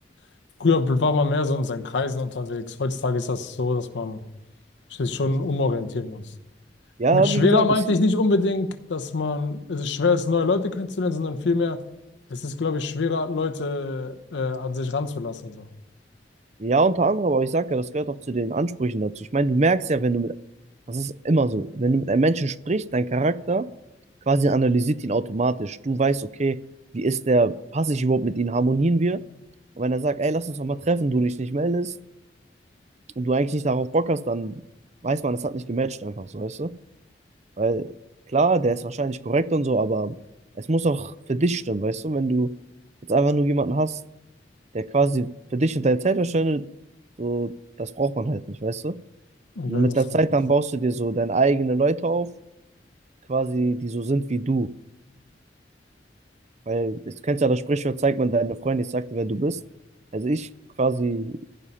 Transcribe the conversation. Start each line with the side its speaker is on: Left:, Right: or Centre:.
Left: glaube, früher war man mehr so in seinen Kreisen unterwegs. Heutzutage ist das so, dass man sich schon umorientieren muss.
Right: Ja,
Left: Mit schwerer
Right: wie gesagt,
Left: meinte
Right: das,
Left: ich nicht unbedingt, dass man, es ist schwer ist, neue Leute kennenzulernen, sondern vielmehr, es ist, glaube ich, schwerer, Leute äh, an sich ranzulassen. So.
Right: ja, unter anderem, aber ich sag ja, das gehört auch zu den Ansprüchen dazu. Ich meine, du merkst ja, wenn du mit, das ist immer so, wenn du mit einem Menschen sprichst, dein Charakter quasi analysiert ihn automatisch. Du weißt, okay, wie ist der, passe ich überhaupt mit ihm, harmonieren wir? Und wenn er sagt, ey, lass uns doch mal treffen, du dich nicht meldest und du eigentlich nicht darauf Bock hast, dann weiß man, es hat nicht gematcht einfach so, weißt du? Weil klar, der ist wahrscheinlich korrekt und so, aber es muss auch für dich stimmen, weißt du? Wenn du jetzt einfach nur jemanden hast, der quasi für dich und deine Zeit verschwendet, so, das braucht man halt nicht, weißt du?
Left: Ich
Right: Und
Left: weiß,
Right: mit
Left: was
Right: der
Left: du
Right: Zeit
Left: meinst.
Right: dann baust du dir so deine eigenen Leute auf, quasi, die so sind wie du. Weil, jetzt kennst du ja das Sprichwort, zeigt man deine Freunde, ich sag dir, wer du bist. Also ich quasi,